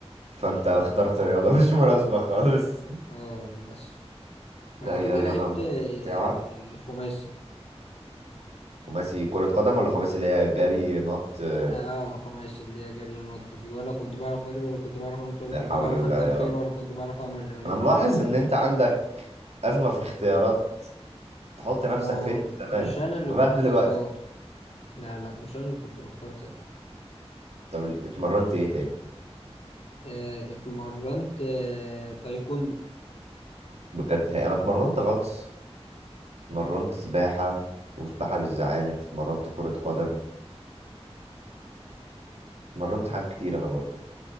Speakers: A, on the right; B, on the left.
A: فانت اخترت رياضة <laughs> مش مناسبة خالص
B: اه للأسف بعد
A: لا هي
B: كده
A: رياضة
B: لعبت
A: م-
B: آه،
A: ممتعة
B: خماسي
A: خماسي كرة قدم ولا خماسي اللي هي جري نط آه،
B: اه آه، خماسي اللي هي جري ونط دي ولا كنت بعرف أجري ولا كنت بعرف أنط ولا
A: لا
B: كنت
A: حول
B: بعرف
A: الله
B: أركب
A: يا
B: خيل
A: رب
B: ولا كنت بعرف أعمل رماية
A: انا ملاحظ ان انت عندك أزمة في اختيارات تحط
B: ما
A: نفسك
B: هو
A: فين من زمان
B: مش انا اللي
A: لغاية
B: كنت
A: دلوقتي
B: بختار لا لا مش انا اللي كنت بختار ساعتها
A: طب اتمرنت ايه تاني
B: آه، اتمرنت آه، تايكوندو
A: بجد هي انا اتمرنت غطس اتمرنت سباحة وسباحة بالزعانف اتمرنت كرة قدم اتمرنت حاجات كتير انا برضو